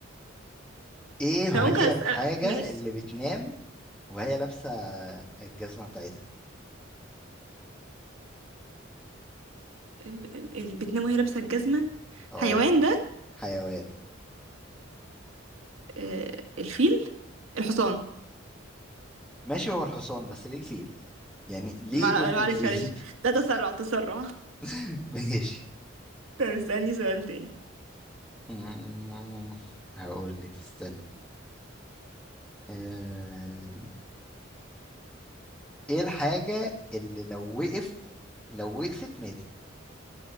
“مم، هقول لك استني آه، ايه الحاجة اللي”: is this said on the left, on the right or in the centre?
Centre